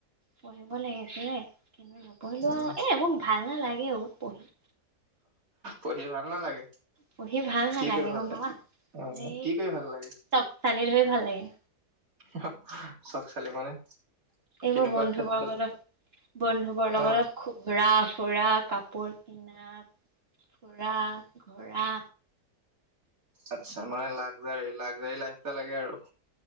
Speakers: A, on the right; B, on the right.
A: পঢ়িব লাগিছিলে। কিন্তু নপঢ়িলো
B: উম
A: আৰু, এ <unintelligible> ‌ ভাল না লাগে অ' পঢ়ি
B: পঢ়ি ভাল নালাগে,
A: পঢ়ি ভাল নালাগে
B: কি কৰি ভাল
A: গম পাবা
B: লাগে? উম,
A: এই
B: কি কৰি ভাল লাগে?
A: চক চালি ধৰি ভাল লাগে
B: <unintelligible> মানে? কেনেকুৱা
A: এইবোৰ বন্ধুবৰ্গৰ
B: ক্ষেত্ৰত
A: বন্ধুবৰ্গ
B: অ
A: লগত খুব ৰাফ। ফুৰা কাপোৰ কিনা, ফুৰা ঘুৰা
B: আচ্ছা মানে লাক্সাৰি লাক্সাৰি লাইফ এটা লাগে আৰু।